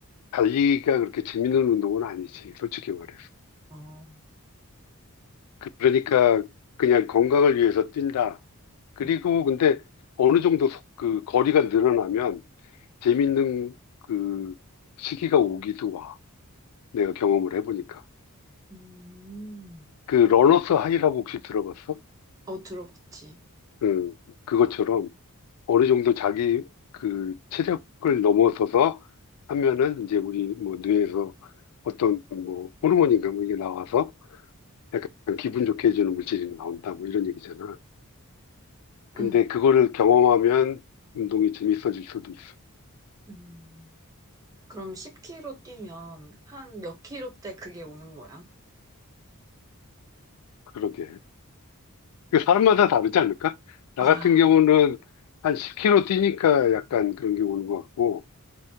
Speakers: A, on the left (about 80°); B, on the right (about 15°).
A: 달리기가 그렇게 재밌는 운동은 아니지. 솔직히 말해서.
B: 어,
A: 그러니까 그냥 건강을 위해서 뛴다. 그리고
B: 음,
A: 근데 어느 정도 속- 그 거리가 늘어나면 재밌는 그 시기가 오기도 와. 내가 경험을 해보니까.
B: 음.
A: 그 러너스 하이라고 혹시 들어봤어?
B: 어, 들어봤지.
A: 응, 그것처럼 어느 정도 자기 그 체력을 넘어서서 하면은 이제 우리 뭐 뇌에서 어떤 뭐 호르몬인가 뭐 이게 나와서 약간 기분 좋게 해주는 물질이 나온다 뭐 이런 얘기잖아. 근데
B: 응.
A: 그거를 경험하면 운동이 재밌어질 수도 있어.
B: 음. 그럼 10km 뛰면 한 몇 킬로 때 그게 오는 거야?
A: 그러게. 그 사람마다 다르지 않을까? 나
B: 아,
A: 같은 경우는 한 10km 뛰니까 약간 그런 게 오는 것 같고,